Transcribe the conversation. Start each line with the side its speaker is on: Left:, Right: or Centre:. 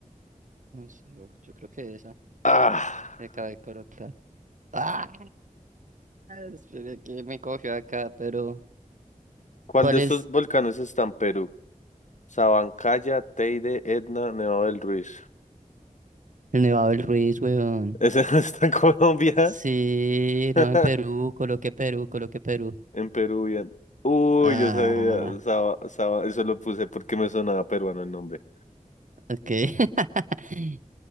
Right: no sé, yo, yo creo que esa
Left: Ah,
Right: que acabé de colocar. ¡Ah! Esperé que me cogió acá, pero
Left: ¿cuál
Right: ¿cuál
Left: de estos
Right: es?
Left: volcanes está en Perú? Sabancaya, Teide, Etna, Nevado del Ruiz.
Right: El Nevado del Ruiz, weón.
Left: <laughs> ¿Ese no está en Colombia?
Right: Sí,
Left: <laughs>
Right: no, en Perú, coloqué Perú, coloqué Perú.
Left: En Peruvian. Uy,
Right: Ah,
Left: yo sabía, Saba- Saba- eso lo puse porque me sonaba peruano el nombre.
Right: ok. <laughs>